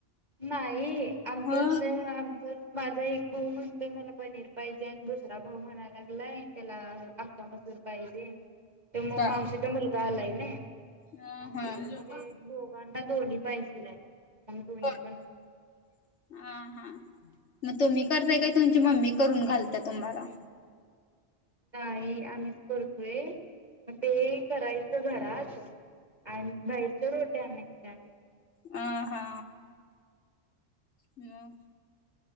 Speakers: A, on the right; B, on the left.
A: नाही आमच्यात
B: हो
A: आमच माझा एक भाऊ म्हणतोय मला पनीर पाहिजे. आणि दुसरा भाऊ म्हणायला लागलाय त्याला अका मसूर पाहिजे. ते मग
B: का?
A: मावशी तर मला <inaudible> नाही
B: हा
A: <unintelligible>
B: हा
A: दोन्ही पाहिजेल हाय <inaudible>
B: हम्म हम्म तुम्ही करताय काही तुमची मम्मी करून घालत्याया तुम्हाला?
A: नाही आम्हीच करतोय मग ते करायचं घरात आणि बाहेरच रोट्या आणायच्या.
B: हा हा. हम्म.